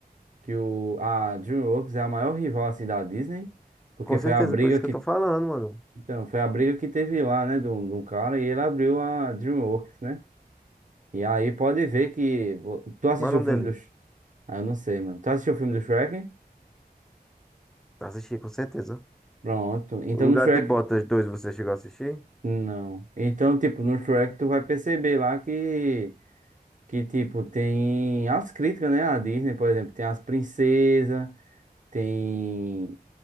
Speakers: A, on the right; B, in the centre.
A: que o, a DreamWorks é a maior rival assim da Disney, porque
B: Com certeza,
A: foi a briga
B: por isso
A: que
B: que eu tô falando, mano.
A: então foi a briga que teve lá, né, de um, de um cara e ele abriu a DreamWorks, né? E aí pode ver que vo- tu assistiu
B: Qual é o nome
A: o filme
B: dele?
A: do Sh- ah, eu não sei, mano. Tu assistiu o filme do Shrek?
B: Assisti, com certeza.
A: Pronto. Então
B: O
A: no
B: Gato
A: Shrek
B: de Botas 2 você chegou a assistir?
A: não. Então tipo no Shrek tu vai perceber lá que que tipo tem as críticas, né, à Disney, por exemplo, tem as princesas, tem